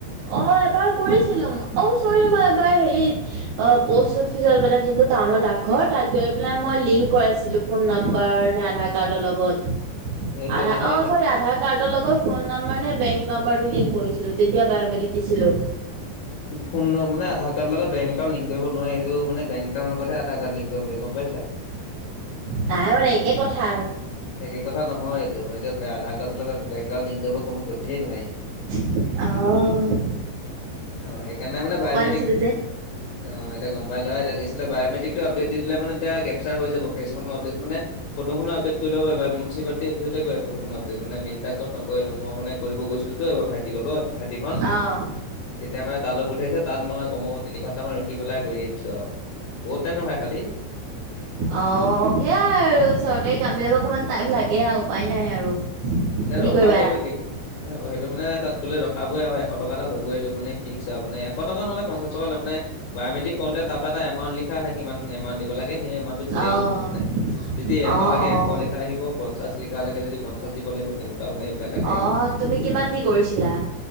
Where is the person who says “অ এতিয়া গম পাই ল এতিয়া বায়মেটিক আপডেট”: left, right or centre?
Left